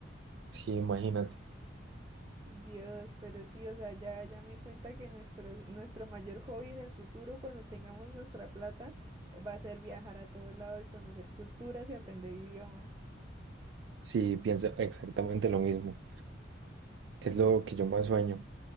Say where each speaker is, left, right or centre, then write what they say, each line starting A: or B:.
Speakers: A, on the right (about 65°); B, on the right (about 20°).
A: Sí, imagínate.
B: Dios, pero sí, o sea, ya, ya me di cuenta que nuestro, nuestro mayor hobby en el futuro, cuando tengamos nuestra plata, eh, va a ser viajar a todo lado y conocer culturas y aprender idiomas.
A: Sí, pienso exactamente lo mismo. Es
B: Mm,
A: lo que yo más sueño.